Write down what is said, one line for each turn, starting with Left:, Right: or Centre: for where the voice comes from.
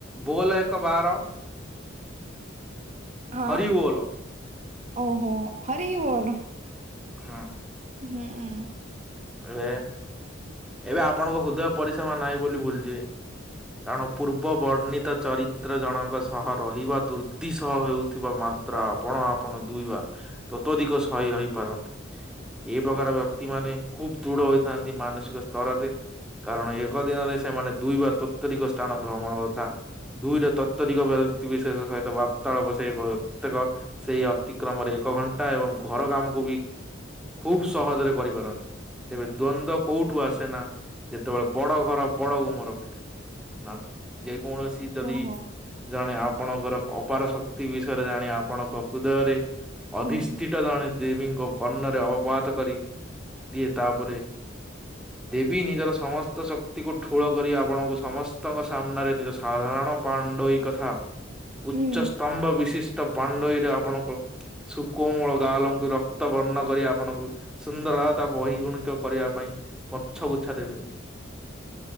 Centre: ବୋଲ ଏକ ବାର
Right: ହଁ
Centre: ହରିବୋଲ
Right: ଓହୋ ହରିିବୋଲ।
Centre: ହଁ
Right: ହୁଁ ଉଁ
Centre: ଏବେ ଏବେ ଆପଣଙ୍କ ହୃଦୟ ପରିସମା ନାହିଁ ବୋଲି ଭୁଲିଯିବେ କାରଣ ପୂର୍ବ ବର୍ଣ୍ଣିତ ଚରିତ୍ର ଜଣଙ୍କ ସହ ରହିବା ଦୁର୍ଦ୍ଧି ସହ ହେଉଥିବା ମାତ୍ରା ଆପଣ ଆପଣ ଦୁଇବା ତତ୍ୱଧିକ ସହି ରହିପାରନ୍ତି। ଏ ପ୍ରକାର ବ୍ୟକ୍ତି ମାନେ ଖୁବ୍‌ ଦୃଢ ହୋଇଥାନ୍ତି ମାନସିକ ସ୍ତରରେ କାରଣ ଏକ ଦିନରେ ସେମାନେ ଦୁଇ ବା ତରିସ୍ଥାନ ଭ୍ରମଣ କଥା ଦୁଇଟା ତତ୍ତରିକ ବ୍ୟକ୍ତିବିଶେଷ ସହିତ ବାର୍ତ୍ତାଳାପ ସେଇ ପ୍ରତ୍ୟେକ ସେଇ ଅତିକ୍ରମରେ ଏକ ଘଣ୍ଟା ଏବଂ ଘର କାମକୁ ବି ଖୁବ ସହଜରେ କରିପାରନ୍ତି। ତେବେ ଦ୍ଵନ୍ଦ କୋଉଠୁ ଆସେ ନା ଯେତେବେଳେ ବଡ ଘର ବଡ ଗୁମର ଫିଟେ ନା ଯେ କୌଣସି ଯଦି
Right: ଓହୋ
Centre: ଜଣେ ଆ ଆପଣଙ୍କର ଅପାର ଶକ୍ତି ବିଷୟରେ ଜାଣି ଆପଣଙ୍କ ହୃଦୟରେ ଅଧିଷ୍ଟି
Right: ହୁଁ
Centre: ଟା ଜଣେ ଦେବୀଙ୍କ କର୍ଣ୍ଣରେ ଅବପାତ କରି। ଇଏ ତାପରେ ଦେବୀ ନିଜର ସମସ୍ତ ଶକ୍ତିକୁ ଠୁଳ କରି ଆପଣଙ୍କୁ ସମସ୍ତଙ୍କ ସାମ୍ନାରେ ନିଜ ସାଧାରଣ ପାଣ୍ଡୋଇ କଥା ଉଚ୍ଚସ୍ତତମ୍ଭ
Right: ହୁଁ
Centre: ବିଶିଷ୍ଟ ପାଣ୍ଡୋଇରେ ଆପଣଙ୍କ ସୁକୋମୂଳ ଗାଁ ଲଙ୍କୁ ରକ୍ତ ବର୍ଣ୍ଣ କରି ଆପଣଙ୍କୁ ସୁନ୍ଦର ତା ବହି ଗୁଣିତ କରିବା ପାଇଁ ପଛଗୁଚ୍ଛା ଦେବିନି